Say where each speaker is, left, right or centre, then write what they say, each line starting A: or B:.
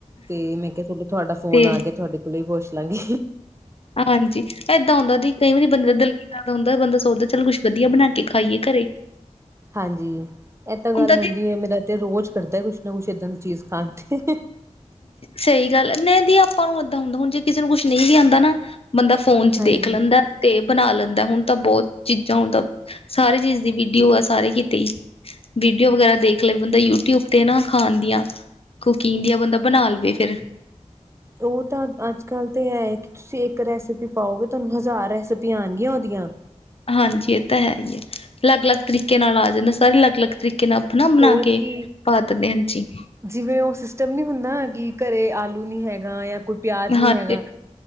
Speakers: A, on the right; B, on the left.
A: ਤੇ ਮੈਂ ਕੈ ਤੁਆਡਾ ਫੋਨ
B: ਤੇ
A: ਆ ਗੇਆ ਤੁਆਡੇ ਕੋਲੋਂ ਈ ਪੁੱਛ ਲਾਂਗੇ
B: ਹਾਂਜੀ, ਏਦਾਂ ਹੁੰਦਾ ਦੀ ਕਈ ਵਾਰੀ ਬੰਦੇ ਦਾ ਦਿਲ ਦਾ ਹੁੰਦਾ ਬੰਦਾ ਸੋਚਦਾ ਚੱਲ ਕੁੱਛ ਵਧੀਆ ਬਣਾ ਕੇ ਖਾਈਏ ਘਰੇ
A: ਹਾਂਜੀ, ਐ ਤਾਂ ਗੱਲ
B: ਹੁੰਦਾ
A: ਹੁੰਦੀ
B: ਤੇ
A: ਏ ਮੇਰਾ ਤੇ ਰੋਜ ਕਰਦਾ ਐ ਕੁਛ ਨਾ ਕੁਛ ਏਦਾਂ ਦੀ ਚੀਜ਼ ਖਾਣ ਤੇ
B: ਸਈ ਗੱਲ ਨਈ ਦੀ ਆਪਾਂ ਨੂੰ ਏਦਾਂ ਹੁੰਦਾ ਹੁਣ ਜੇ ਕਿਸੇ ਨੂੰ ਕੁਛ ਨਈ ਵੀ ਆਉਂਦਾ ਨਾ ਬੰਦਾ ਫੋਨ ਚ
A: ਹਾਂਜੀ
B: ਦੇਖ ਲੈਂਦਾ ਐ। ਤੇ ਬਨਾ ਲੈਂਦਾ ਐ। ਹੁਨ ਤਾਂ ਬੋਤ ਚੀਜਾਂ ਹੁਣ ਤਾਂ ਸਾਰੇ ਚੀਜ਼ ਦੀ ਵੀਡੀਓ ਆ ਸਾਰੇ ਕਿਤੇ ਈ। ਵੀਡੀਓ ਵਗੈਰਾ ਦੇਖ ਲੇ ਬੰਦਾ ਯੂਟਿਊਬ ਤੇ ਨਾ ਖਾਣ ਦੀਆਂ ਕੁਕਿੰਗ ਦੀਆਂ ਬੰਦਾ ਬਨਾ ਲਵੇ ਫੇਰ
A: ਉਹ ਤਾਂ ਅੱਜ-ਕੱਲ ਤੇ ਐਏ ਤੁਸੀ ਏਕ ਰੈਸਿਪੀ ਪਾਓਗੇ। ਤਾਨੂੰ ਹਜ਼ਾਰ ਰੈਸਪੀਆਂ ਆਣਗੀਆਂ ਓਦੀਆਂ।
B: ਹਾਂਜੀ, ਐ ਤੇ ਹੈ ਈ ਐ। ਲੱਗ- ਲੱਗ ਤਰੀਕੇ ਨਾਲ ਆ ਜਾਂਦਾ। ਸਾਰੇ ਲੱਗ-ਲੱਗ ਤਰੀਕੇ ਨਾਲ ਅਪਣਾ ਬਨਾ
A: ਹੋਰ
B: ਕੇ
A: ਕੀ
B: ਪਾ ਦੇਂਦੇ, ਹਾਂਜੀ।
A: ਜਿਵੇਂ ਓ ਸਿਸਟਮ ਨੀ ਹੁੰਦਾ ਕਿ ਘਰੇ ਆਲੂ ਨੀ ਹੈਗਾ ਯਾਂ ਕੋਈ ਪੇਆਜ ਨੀ
B: ਹਾਂਜੀ
A: ਹੈਗਾ।